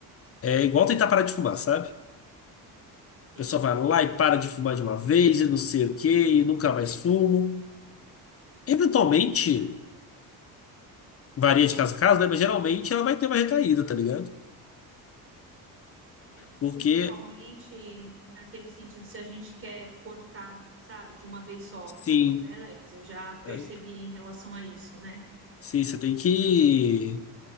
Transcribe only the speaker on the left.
é igual tentar parar de fumar, sabe? A
pessoa vai lá e para de fumar de uma vez e não sei o quê, e nunca mais fumo. Eventualmente, varia de caso a caso, né? Mas geralmente ela vai ter uma recaída, tá ligado?
Porque,
sim,
é,
sim, você tem que.